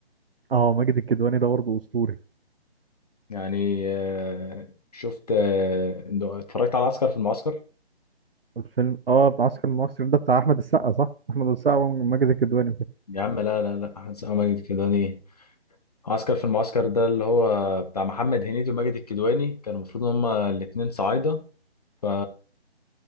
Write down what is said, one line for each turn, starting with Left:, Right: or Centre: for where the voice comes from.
Right: اه ماجد الكدواني ده برضه أسطوري
Left: يعني آه، شفت آه، اتفرجت على عسكر في المعسكر
Right: الفيلم اه بتاع عسكر المصري ده بتاع أحمد السقا صح؟ أحمد السقا وماجد الكدواني وكده.
Left: يا عم لا لا لا احمد سامي ماجد الكدواني إيه؟ عسكر في المعسكر ده اللي هو بتاع محمد هنيدي وماجد الكدواني كانوا المفروض ان هما الاتنين صعايدة ف